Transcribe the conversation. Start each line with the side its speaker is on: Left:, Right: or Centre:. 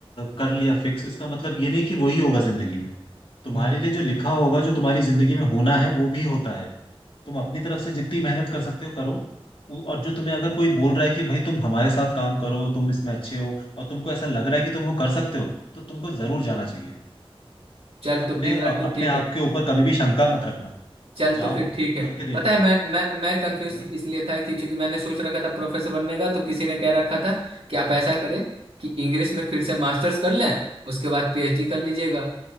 Left: कर लिया फिक्स इसका मतलब ये नहीं कि वही होगा जिंदगी में तुम्हारे
Right: हम्म
Left: लिए जो लिखा होगा जो तुम्हारी जिंदगी में होना है वो भी होता है तुम अपनी तरफ से जितनी मेहनत कर सकते हो करो उ- और जो तुम्हें अगर कोई बोल रहा है कि भाई तुम हमारे साथ काम करो तुम इसमें अच्छे हो और तुमको ऐसा लग रहा है कि तुम वो कर सकते हो तो तुमको जरूर जाना चाहिए
Right: चल तो
Left: अपने
Right: फिर
Left: अ-
Right: यार तू
Left: अपने
Right: ठीक
Left: आप
Right: है
Left: के ऊपर कभी भी शंका मत रखना
Right: चल
Left: जाओ
Right: तो फिर ठीक है
Left: करके देखो
Right: पता है मैं मैं मैं कंफ्यूज
Left: है ना
Right: इसलिए था कि चूंकि मैंने सोच रखा था प्रोफेसर बनने का तो किसी ने कह रखा था कि आप ऐसा करें कि इंग्लिश में फिर से मास्टर्स कर लें उसके बाद पीएचडी कर लीजिएगा